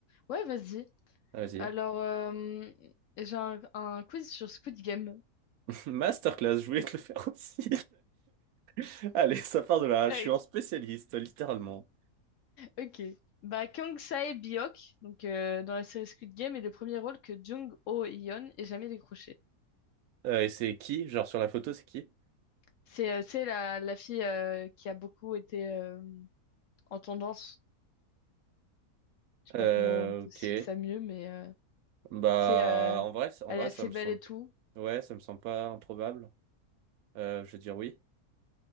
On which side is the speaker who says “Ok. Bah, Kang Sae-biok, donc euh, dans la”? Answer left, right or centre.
Left